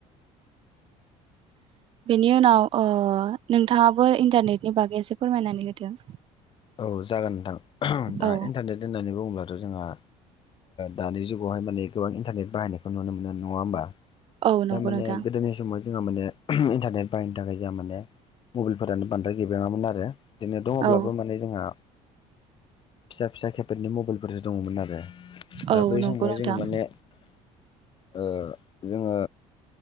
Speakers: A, on the left; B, on the right.
A: <inaudible>
B: बेनि उनाव ओ नोंथाङाबो इन्टारनेटनि बागै एसे फोरमायनानै होदो
A: औ जागोन नोंथां दा
B: औ
A: इन्टारनेट होननानै बुङोबथ' जोंहा दानि जुगावहाय माने गोबां इन्टारनेट बाहायनायखौ नुनो मोनो नङा होमबा
B: औ
A: दारमाने
B: नंगौ नोंथां
A: गोदोनि समाव जोंहा माने इन्टारनेट बाहायनो थाखाय जोंहा माने मबाइलफोरानो बांद्राय गैबङामोन आरो बिदिनो दङब्लाबो
B: औ
A: माने जोंहा फिसा फिसा केपेडनि मबाइलफोरसो दङमोन आरो दा
B: औ
A: बै
B: नंगौ
A: समावहाय
B: नोंथां
A: जोङो माने ओ जोङो